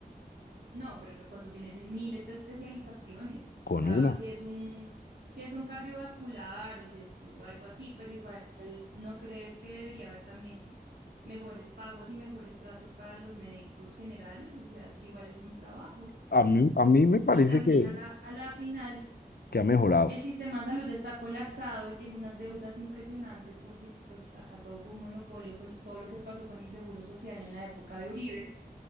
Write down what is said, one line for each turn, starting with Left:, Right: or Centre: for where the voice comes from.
Right: No, pero cuando tienen miles de especializaciones,
Left: con
Right: o sea,
Left: una.
Right: si es un, si es un cardiovascular o si es algo así, pero igual, ¿no crees que debería haber también mejores pagos y mejores tratos para los médicos generales? O sea, es que igual es un trabajo.
Left: A mí, a mí me parece
Right: Y también
Left: que,
Right: a la, a la final,
Left: que ha mejorado.
Right: el sistema de salud está colapsado y tiene unas deudas impresionantes porque pues acá todo fue un monopolio con todo lo que pasó con el Seguro Social en la época de Uribe,